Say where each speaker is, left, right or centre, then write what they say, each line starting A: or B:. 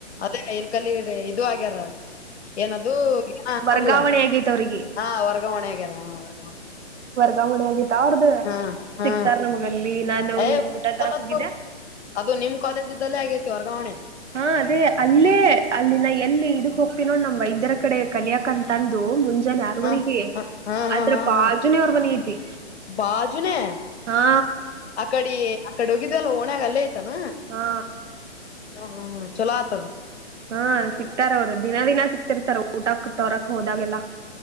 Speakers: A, on the left; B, on the right.
A: ಅದೇ ಇಲ್ ಕಲ್ಲಿಗಡೆ ಇದು ಆಗ್ಯಾರ ಏನದು
B: ವರ್ಗಾವಣೆ
A: ಆಲ್ಲ
B: ಆಗೈತ್ ಅವ್ರಿಗೆ
A: ಹಾ ವರ್ಗಾವಣೆ ಆಗ್ಯಾರ ಹಾ ವರ್ಗಾವಣೆ
B: ಗ ಮಣಿ ಆಗತ ಅವ್ರ್ದ
A: ಹಾ ಹಾ
B: ಸಿಕ್ತಾರ ನಮಗಲ್ಲಿ ನಾನು
A: ಏ
B: ಹಿಂಗ ಊಟಾ ತರಕ್
A: ಅದು
B: ಹೋಗಿದ್ದೆ
A: ಅದು ನಿಮ್ ಕಾಲೇಜ್ ಇದ್ದಲ್ಲೇ ಆಗೇತಿ ವರ್ಗಾವಣೆ
B: ಹಾ ಅದೇ ಅಲ್ಲೇ ಅಲ್ಲಿನ ಎಲ್ಲಿ ಇದಕ್ ಹೋಗ್ತ ನೋ ನಮ್ ವೈದ್ಯರ ಕಡೆ ಕಲಿಯಕ್ಂತ ಅಂದು ಮುಂೆ ಜನ್ ಯರವರೆಗೆ
A: ಹಾ ಹ ಹಾ ಹಾ
B: ಅದ್ರ
A: ಹಾ
B: ಬಾಜುನೇ
A: ಹಾ
B: ಅವ್ರ ಮನಿ ಐತಿ
A: ಬಾಜುನೇ
B: ಹಾ
A: ಅಕಡಿ ಅಕಡೆ ಹೋಗಿದಲ್ಲ ಓಣ್ಯಾಗ ಅಲ್ಲೇ ಐ್ತಾನ
B: ಹಾ
A: ಹಾ ಹಾ ಹಾ ಚಲತ
B: ಹಾ ಸಿಕ್ತಾರ ಅವ್ರು ದಿನ ದಿನ ಸಿಕ್ತಿರ್ತಾರ ಊಟಕ್ ತೋರಕ್ ಹೋದಾಗೆಲ್ಲ